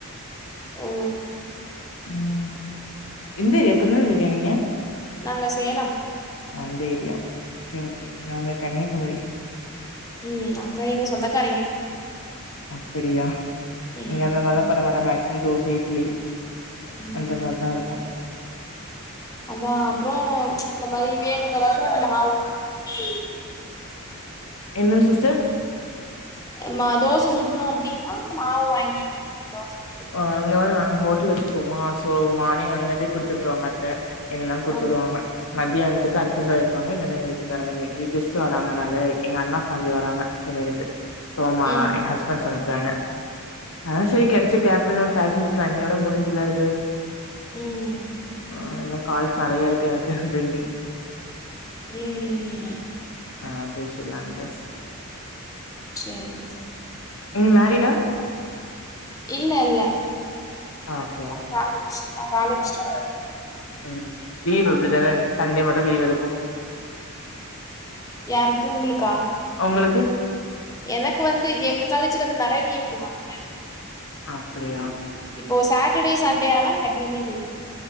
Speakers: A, on the left (about 15°); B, on the left (about 65°).
A: ஓ
B: ம் எந்தா ஏரியா திருநெல்வேலியா நீங்க
A: நாங்க சேலம்
B: அந்த ஏரியா ஓகே ஓகே நாங்க கன்னியாகுமரி
A: ம் அங்க ங்க சொந்தக்காரேங்க
B: அப்டியா
A: ம்
B: இங்க அந்த மாரில்லா பண்ணமாட்டோ மேக்சிமம் தோச, இட்லி
A: ம்
B: அந்த மார்தா இருக்கு
A: அதா அப்பறோ இந்த மாரி வேணுங்கிறப்ப மாவ் வாங்கி
B: என்ன சிஸ்டர்
A: நா தோச சுடணு அப்டினா மாவு வாங்கி தோச சுட்டுப்
B: ஆ இங்க வந்து நாங்க ஹோட்டல் வச்சிருக்கோமா சோ மார்னிங் அங்கருந்தே குடுத்துட்ருவாங்க அத்த எல்லா குடுத்துடுவாங்க
A: ஆ
B: மத்தியானத்துக்கு அத்த சமைப்பாங்க இல்லனா எ வீட்டுக்காரங்க இன்னைக்கு கெஸ்ட்டு வர்றாங்க அதனால எங்க அண்ணா தம்பி வராங்க சென்னையலருந்து சோமா
A: ம்
B: எ ஹஸ்பண்ட் சமைக்கிறாங்க ஆ சேரி கெடைச்ச கேப் இப்டிதா பாயச முடிச்சுட்லா அன்னையோட முடிஞ்சுர்லா இது
A: ம்
B: ஆ இன்னு கால்ஸ் நெறையா இருக்கு எனக்கு பெண்டிங்
A: ம் ம்
B: ஆ பேசிர்லான்ட்டு
A: சேரிங்க
B: நீங்க மேரிடா
A: இல்ல இல்ல
B: ஓகே
A: நா
B: ஓகே
A: காலஜ் நா காலேஜ் ஸ்டூ
B: ம் லீவ் இப்டிதான சண்டே மட்டு லீவ் எடுப்போ
A: யாருக்கு உங்களுக்கா
B: ஒங்களுக்கு
A: எனக்கு வந்து எங்க காலேஜ்ல வந்து நெறைய லீவ் விடுவாங்க
B: அப்டியா
A: இப்போ சாட்டர்டே சண்டே ஆனா எப்பயுமே லீவ்